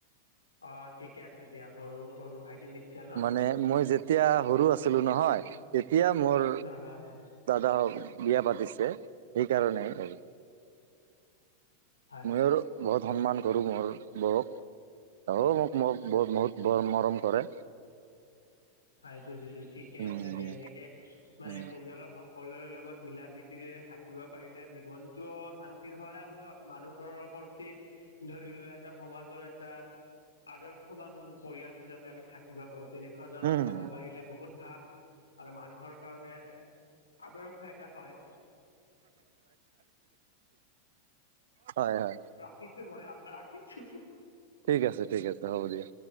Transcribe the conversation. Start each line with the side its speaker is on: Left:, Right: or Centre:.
Left: অ ঠিকে আছে দিয়া, সৰু সৰু ভাইটি নিশ্চয় ন?
Right: নে মই যেতিয়া সৰু আছিলো নহয়, তেতিয়া মোৰ
Left: হয় হয়
Right: দাদা হওঁক বিয়া পাতিছে সেইকাৰণে আৰু।
Left: হয়
Right: মই
Left: হয়
Right: আৰু বহুত সন্মান কৰোঁ মোৰ বৌক আৰু তাইও মোক মোক বহুতৰ মৰম কৰে।
Left: হয় বুজিলোঁ ঠিকে
Right: উম
Left: আছে দিয়া এনেকে মানে
Right: উম
Left: পৰিয়ালৰ সকলোৰে লগত মিলা প্ৰীতিৰে থাকিব পাৰিলে জীৱনতটো শান্তিৰ হয় আৰু মানুহৰৰ প্ৰতি ধৰি লোৱা এটা সমাজৰ এটা আদৰ্শবান পৰিয়াল হিচাপে আমি থাকিব পাৰোঁ। তেনেকুৱা ধৰণৰ
Right: উম
Left: হ'ব পাৰিলে বহুত ভাল আৰু মানুহৰ কাৰণে আদৰ্শ এটা হয়।
Right: হয় হয়।
Left: কিছো মইয়ো ৰাখিছোঁ।
Right: ঠিক আছে ঠিক আছে হ'ব দিয়া।